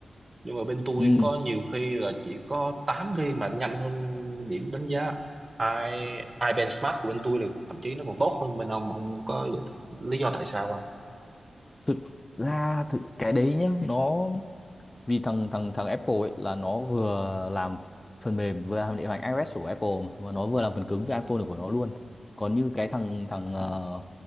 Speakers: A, on the right; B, on the left.
A: nhưng mà bên tôi
B: ừ.
A: có nhiều khi là chỉ có 8 GB mà nhanh hơn điểm đánh giá i iBand Smart của bên tôi là thậm chí nó còn tốt hơn bên ông ông có giải thích lý do tại sao không?
B: thực ra thực cái đấy nhá nó vì thằng thằng thằng Apple ấy là nó vừa làm phần mềm vừa làm điều hành iOS của Apple mà, mà nó vừa làm phần cứng cho iPhone của nó luôn còn như cái thằng thằng ờ,